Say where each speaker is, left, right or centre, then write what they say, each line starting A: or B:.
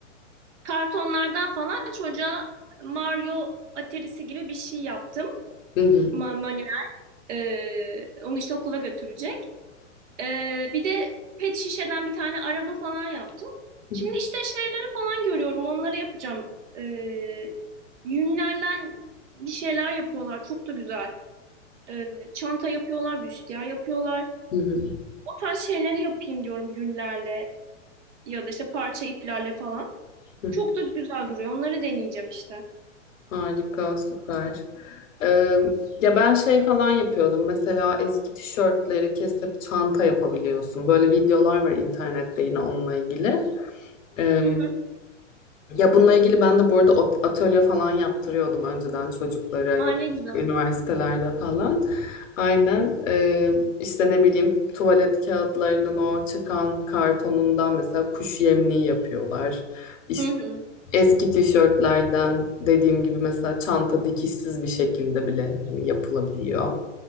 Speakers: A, on the right (about 65°); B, on the left (about 80°).
A: kartonlardan falan çocuğa Mario Atari'si gibi bir şey yaptım.
B: Hı hı.
A: Ma manuel. E, onu işte okula götürecek. Ee, bir de pet şişeden bir tane araba falan yaptım.
B: Hı
A: Şimdi işte şeyleri falan görüyorum. Onları yapacağım. Ee, yünlerden bir şeyler yapıyorlar. Çok da güzel. Ee, çanta yapıyorlar, büstiyer yapıyorlar.
B: hı.
A: O tarz şeyleri yapayım diyorum yünlerle ya da işte parça iplerle falan.
B: Hı hı.
A: Çok da güzel duruyor. Onları deneyeceğim işte.
B: Harika, süper. Ee, ya ben şey falan yapıyordum. Mesela eski tişörtleri kesip çanta yapabiliyorsun. Böyle videolar var internette yine onunla ilgili. Ee,
A: Hı hı.
B: ya bununla ilgili ben de bu arada ot- atölye falan yaptırıyordum önceden çocuklara
A: Ay
B: ya da
A: ne
B: işte
A: güzel.
B: üniversitelerde falan. Aynen ee, işte ne bileyim tuvalet kağıtlarının o çıkan kartonundan mesela kuş yemliği yapıyorlar. İşte
A: Hı hı.
B: Eski tişörtlerden dediğim gibi mesela çanta dikişsiz bir şekilde bile hani yapılabiliyor.